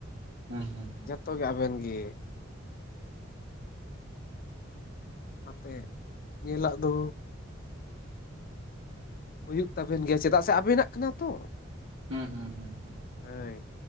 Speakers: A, on the right; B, on the left.
A: ᱦᱩᱸ ᱦᱩᱸ ᱦᱩᱸ
B: ᱡᱚᱛᱚ ᱟᱵᱮᱱ ᱜᱮ᱾ ᱚᱱᱟᱛᱮ ᱧᱮᱞᱟᱜ ᱫᱚ ᱦᱩᱭᱩᱜ ᱛᱟᱵᱮᱱ ᱜᱮᱭᱟ ᱪᱮᱫᱟᱜ ᱥᱮ ᱟᱵᱮᱱᱟᱜ ᱠᱟᱱᱟ ᱛᱚ᱾
A: ᱦᱩᱸ ᱦᱩᱸ ᱦᱩᱸ ᱦᱩᱸ
B: ᱦᱳᱭ